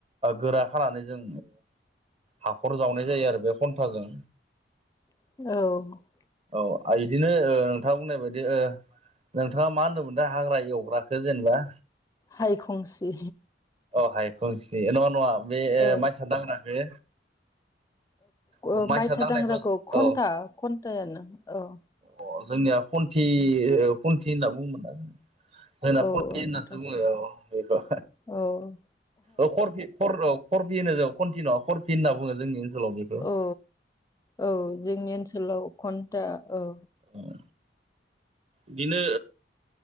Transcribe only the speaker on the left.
औ
हायखंसि
ओ
ओ
माइसा
दांग्राखौ
घन्टा घन्टानो औ
औ
नोंथां
औ
औ औ जोंनि ओनसोलाव घन्टा औ